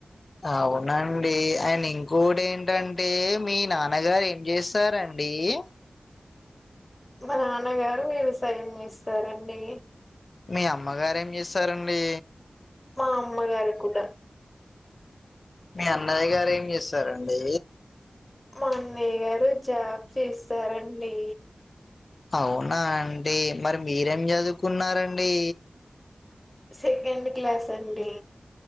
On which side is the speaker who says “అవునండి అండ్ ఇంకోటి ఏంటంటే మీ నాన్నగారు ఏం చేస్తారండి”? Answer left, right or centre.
Left